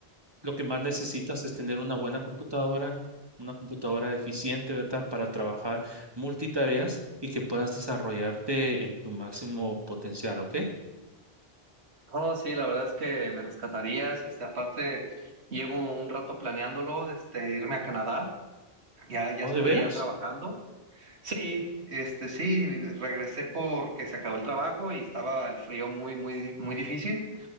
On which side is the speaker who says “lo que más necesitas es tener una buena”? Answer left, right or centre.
Right